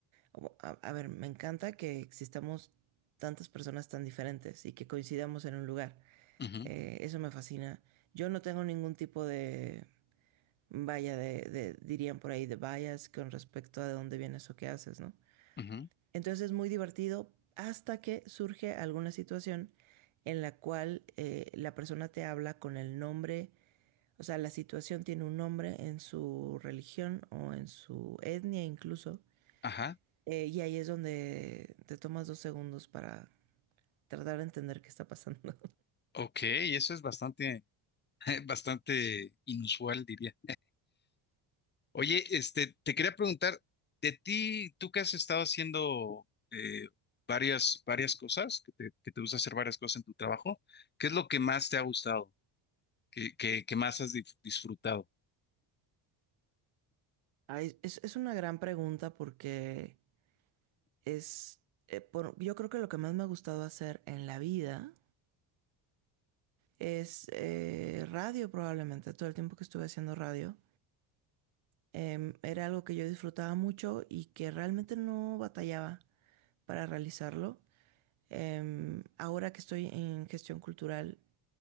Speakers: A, on the right; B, on the left.
A: o- a, a ver, me encanta que existamos tantas personas tan diferentes y que coincidamos en un lugar.
B: Ujú,
A: Eh, eso me fascina. Yo no tengo ningún tipo de, vaya, de, de- dirían por ahí, de bias con respecto a de dónde vienes o qué haces, ¿no?
B: ujú.
A: Entonces es muy divertido hasta que surge alguna situación en la cual eh, la persona te habla con el nombre, o sea, la situación tiene un nombre en su religión o en su etnia incluso,
B: Ajá.
A: eh, y ahí es donde te tomas dos segundos para tratar de entender qué está pasando.
B: Ok, eso es bastante. <laughs> Bastante inusual, diría. Oye, este, te quería preguntar, de ti, tú que has estado haciendo eh, varias, varias cosas, que te, que te gusta hacer varias cosas en tu trabajo, ¿qué es lo que más te ha gustado? ¿Qué, qué- qué más has dif- disfrutado?
A: <laughs> Ay, es, es una gran pregunta porque es, eh, por- yo creo que lo que más me ha gustado hacer en la vida es eh, radio probablemente, todo el tiempo que estuve haciendo radio. eh, era algo que yo disfrutaba mucho y que realmente no batallaba para realizarlo. Em, ahora que estoy en gestión cultural,